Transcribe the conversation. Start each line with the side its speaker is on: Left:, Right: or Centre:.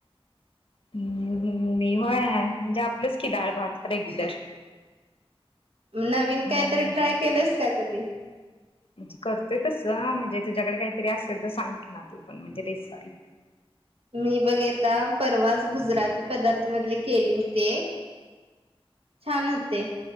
Left: हम.. मी होय म्हणजे आपलंच की डाळ भात रेग्युलर.
Right: नवीन
Left: हम्म.
Right: काहीतरी ट्राय केलंस. का कदी?
Left: म्हणजे करतोय. तसं म्हणजे तुझ्याकड काहीतरी असेल, तर सांग ना तू पण म्हणजे रेसिपी
Right: मी बघ येता परवाच गुजराती पदार्थ मधली केली होती. एक छान होती. ते.